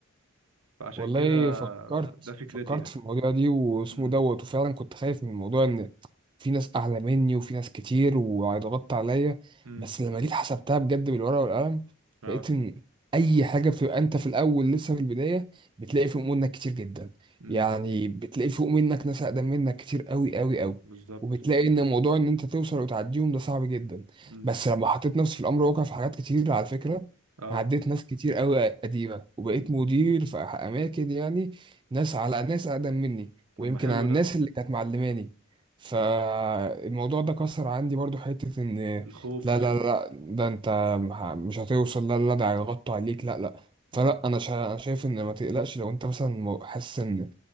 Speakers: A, on the right; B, on the right.
A: فعشان
B: والله
A: كده
B: فكرت
A: ده فكرتي
B: فكرت
A: يعني
B: في الموضوع دي واسمه
A: امم
B: دوت وفعلا كنت خايف من موضوع ان في ناس اعلى مني وفي ناس كتير وهيضغطوا عليا
A: امم
B: بس لما جيت حسبتها بجد بالورقه والقلم
A: اه
B: لقيت ان اي حاجه بتبقى انت في الاول لسه في البدايه بتلاقي فوق منك كتير جدا
A: امم
B: يعني بتلاقي فوق منك ناس اقدم منك كتير قوي قوي قوي
A: بالظبط
B: وبتلاقي ان موضوع ان انت توصل وتعديهم ده صعب جدا
A: امم
B: بس لما حطيت نفسي في الامر واقع في حاجات كتير على فكره
A: اه
B: عديت ناس كتير قوي قديمة وبقيت
A: امم
B: مدير في أماكن يعني ناس على ناس أقدم مني ويمكن
A: طب ما حلو
B: على
A: ده
B: الناس اللي كانت معلماني فالموضوع
A: اه
B: ده كسر عندي برضو حتة إن
A: الخوف
B: لا
A: وكده
B: لا لا ده أنت مح- مش هتوصل لا لا ده هيغطوا عليك لا لا
A: امم
B: فلا أنا شا- أنا شايف إن ما تقلقش لو أنت مثلا م- حاسس إن